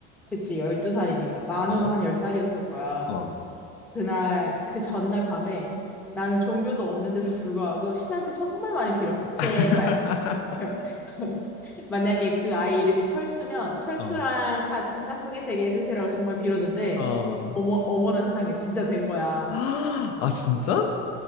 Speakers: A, in the centre; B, on the left.
A: 그치, 열두 살이니까 만으로
B: 어,
A: 한 열 살이었을 거야.
B: 어.
A: 그날, 그 전날 밤에 나는 종교도 없는데도 <laughs> 불구하고 신한테 정말 많이 빌었어. 제발.
B: <laughs>
A: <laughs> 만약에 그 아이 이름이 철수면 철수랑
B: 어,
A: 같은 짝꿍이 되게 해주세요라고 정말 빌었는데
B: 어.
A: 어머 어머나 세상에 진짜 된 거야.
B: <gasps> 아, 진짜?